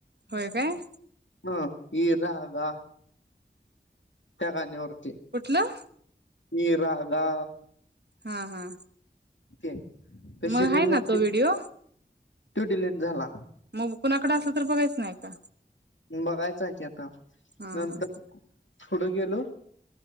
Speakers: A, on the right; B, on the left.
A: होय काय?
B: ह ये राहाग त्या गाण्यावरती.
A: कुठलं?
B: मी रागा
A: हा हा.
B: ते तशी
A: मग
B: रिल
A: आहे
B: झालती,
A: ना तो व्हिडिओ
B: तो डिलेट झाला.
A: मग कुणाकडे असलं तर बघायचं नाही का?
B: बघायचं आहे की आता,
A: हा
B: नंतर
A: हा
B: पुढं गेलो,